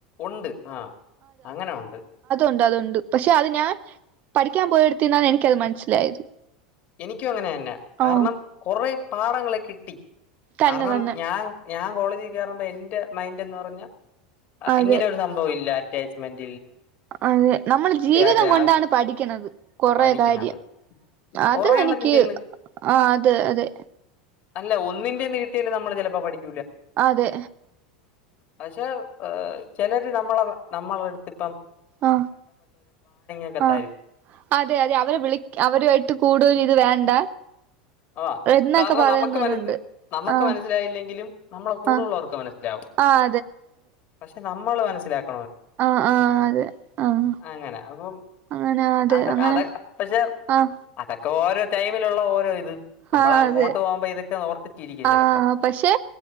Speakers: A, on the left (about 50°); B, on the right (about 45°).
A: ഉണ്ട് ആഹ അങ്ങനെ ഉണ്ട്
B: ണ്ട് അതൊണ്ട് പക്ഷെ അത് ഞാൻ പഠിക്കാൻ പോയ നാൻ എനിക്കത് മനസ്സിലായത്
A: എനിക്കും അങ്ങനെ തന്നെ
B: ആ
A: കാരണം കൊറെ പാഠങ്ങളെ കിട്ടി
B: തന്നെ
A: കാരണം
B: തന്നെ
A: ഞാൻ ഞാൻ കോളേജ് ക്കേറുമ്പോ എന്റെ മൈൻഡ ന്ന് പറഞ്ഞ
B: അതെ
A: ഇങ്ങനെ ഒരു സംഭവം ഇല്ല മ <unintelligible>
B: അതെ നമ്മൾ ജീവിതം
A: ആരുടെ
B: കൊണ്ടാണ്
A: ആവശ്യ
B: പഠിക്കണത് കൊറെ
A: പഠിക്കണത്
B: കാര്യം അത്
A: കൊറേ
B: എനിക്ക്
A: എണ്ണത്തിന്റെന്ന്
B: ആഹ അതെ അതെ
A: അല്ല ഒന്നിന്റെ നീട്ടല് നമ്മള് ചിലപ്പോ പഠിക്ക
B: അതെ
A: പക്ഷെ ചിലര് നമ്മളെ നമ്മള എടുത്തി
B: ആ
A: ഒക്കെ
B: ആ
A: തരും.
B: അതെ അതെ അവരെ വിളി അവരു ആയിട്ട് കൂടുതൽ ഇത് വേണ്ട
A: ആ
B: എന്നൊക്കെ
A: കാരണം
B: പറയുന്നവരുണ്ട്
A: നമുക്ക് മനസ്സിൽ ആനമക്ക്
B: ആഹ്
A: മനസ്സിലായില്ലെങ്കിലും നമ്മളെ കൂടെള്ളവർക്ക്
B: ആഹ്
A: മനസ്സിലാവും
B: ആഹ്
A: പക്ഷെ നമ്മ നമ്മൾ മനസിലാക്കും
B: ആഹ ആഹ അതെ ആഹ
A: അങ്ങനെ അപ്പം
B: അങ്ങനെ അതെ
A: അത്
B: അങ്ങനെ
A: അത് പക്ഷെ
B: ആഹ
A: അതൊക്കെ ഓരോ ടൈമിലുള്ള ഓരോ ഇത് നമ്മൾ
B: ആഹ
A: അങ്ങോട്ട്
B: അതെ
A: പോകുമ്പോ ഇതൊക്കെ ഓർത്ത് ചിരിക്കും
B: ആഹ
A: ചിലപ്പം
B: പക്ഷെ